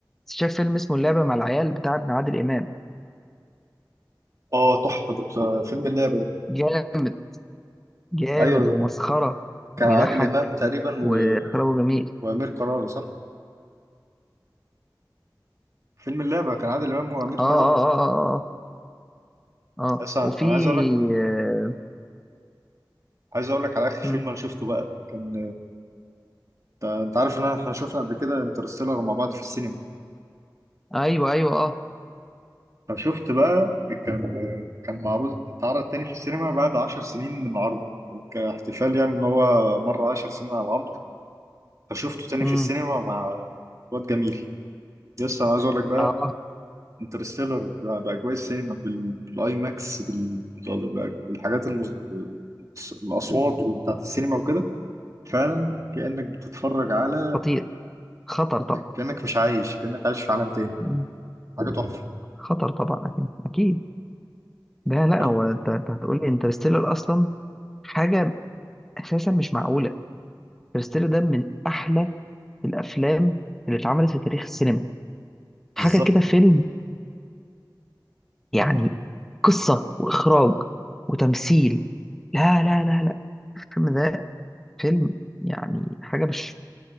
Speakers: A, in the centre; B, on the right (about 45°).
A: شايف فيلم اسمه اللعبه مع العيال بتاع ابن عادل امام
B: اه تحفة ده بتاع فيلم اللعبة ده
A: جامد جامد
B: ايوه
A: ومسخرة
B: كان
A: وبيضحك
B: عادل إمام تقريبا
A: وإخراجه
B: و...
A: جميل
B: وأمير كرارة صح؟ فيلم اللعبة كان عادل إمام وأمير كرارة
A: آه آه آه آه آه, آه. آه.
B: بس أنا
A: وفي
B: عايز أقول لك
A: آه
B: عايز أقول لك على آخر فيلم
A: مم.
B: أنا شفته بقى كان آه، أنت عارف إن أنا- إحنا شفنا قبل كده انترستيلر مع بعض في السينما
A: أيوه أيوه آه
B: فشفت بقى كان آه، كان معروض اتعرض تاني في السينما بعد عشر سنين من عرضه كاحتفال يعني إن هو مر عشر سنين على العرض فشفته تاني
A: مم.
B: في السينما مع واد جميل يس أنا عايز أقول لك بقى
A: آه آه.
B: انترستيلر باجواء السينما بال- بالاي ماكس بال- بال- بالحاجات المز... الاصوات بتاعت السينما وكده فعلا كانك بتتفرج على
A: خطير خطر طبعا
B: كانك مش عايش كانك عايش في عالم تاني
A: مم.
B: حاجه تحفه
A: خطر طبعا أكيد أكيد ده لا
B: برضه
A: هو أنت أنت هتقول لي انترستيلر أصلا حاجة أساسا مش معقولة انترستيلر ده من أحلى الأفلام اللي اتعملت في تاريخ السينما حاجة
B: بالظبط
A: كده فيلم يعني قصة وإخراج وتمثيل لا لا لا لا الفيلم ده فيلم يعني حاجة مش